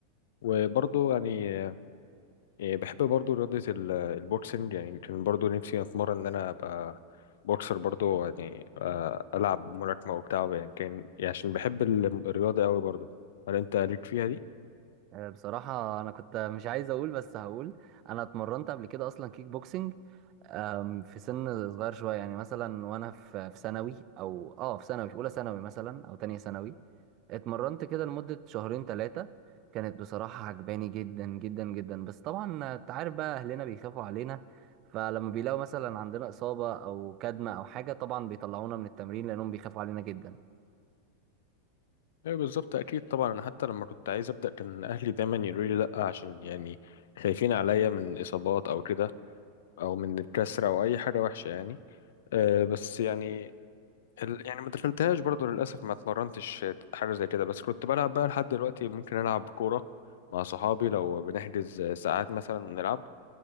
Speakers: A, on the left; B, on the right.
A: وبرضو يعني آه، بحب برضو رياضه ال- البوكسنج يعني كان برضو نفسي اتمرن ان انا ابقى بوكسر برضو يعني آه، العب ملاكمه وبتاع يعني كان يعني عشان بحب الم- الرياضه قوي برضو هل انت ليك فيها دي
B: آه بصراحة انا كنت مش عايز اقول بس هقول انا اتمرنت قبل كده اصلا كيك بوكسنج أم، في سن صغير شوية يعني مثلا وأنا في في ثانوي أو أه في ثانوي في أولى ثانوي مثلا أو تانية ثانوي اتمرنت كده لمدة شهرين ثلاثة كانت بصراحة عجباني جدا جدا جدا بس طبعا انت عارف بقى اهلنا بيخافوا علينا فلما بيلاقوا مثلا عندنا إصابة او كدمة او حاجة طبعا بيطلعونا من التمرين لانهم بيخافوا علينا جدا
A: ايوه بالظبط اكيد طبعا انا حتى لما كنت عايز ابدا كان اهلي دايما يقولوا لي لا عشان يعني خايفين عليا من اصابات او كده او من الكسره او اي حاجه وحشه يعني أه بس يعني ال- يعني ما دخلتهاش برضو للاسف ما اتمرنتش حاجه زي كده بس كنت بلعب بقى لحد دلوقتي ممكن العب كوره مع صحابي لو بنحجز ساعات مثلا ونلعب